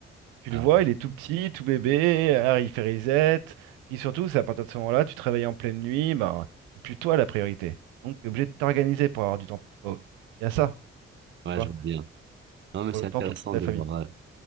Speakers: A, on the right (about 85°); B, on the right (about 40°).
A: Tu
B: Ah,
A: le vois, il est tout petit, tout bébé, alors il fait reset. Puis surtout, c'est à partir de ce moment-là, tu te réveilles en pleine nuit, ben, c'est plus toi la priorité. Donc, tu es obligé de t'organiser pour avoir du temps pour toi aussi. Il y a ça,
B: ouais,
A: tu vois,
B: je vois bien. Non, mais
A: pour
B: c'est
A: le
B: intéressant
A: temps pour toute la
B: de
A: famille.
B: voir, euh,